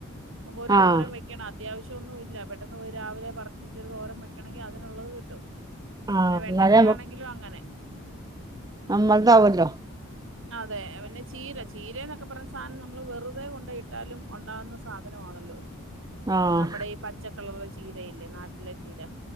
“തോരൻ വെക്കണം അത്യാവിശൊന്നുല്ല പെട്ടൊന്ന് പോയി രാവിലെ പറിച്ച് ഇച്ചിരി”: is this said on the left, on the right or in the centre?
Right